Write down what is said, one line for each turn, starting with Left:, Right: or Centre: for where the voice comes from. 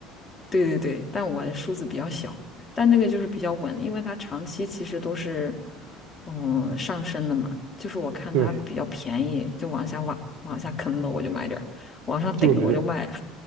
Left: 对对对，但我的数字比较小，但那个就是比较稳，因为它长期其实都是嗯上升的嘛。就是我看它比较便宜，
Right: 对，
Left: 就往下往往下坑了，我就买点儿往上顶了我就卖了。
Right: 就是这样，